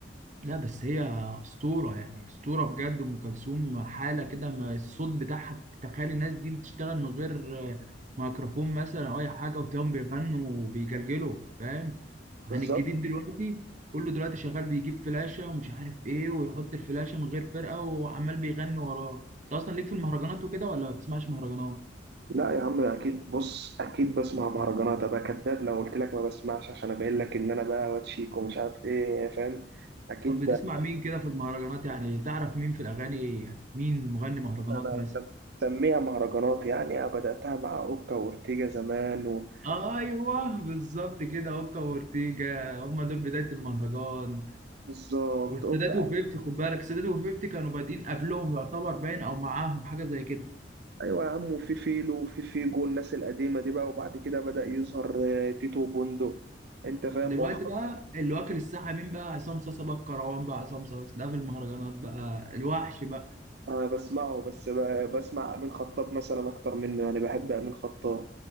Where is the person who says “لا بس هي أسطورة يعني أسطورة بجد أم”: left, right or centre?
Right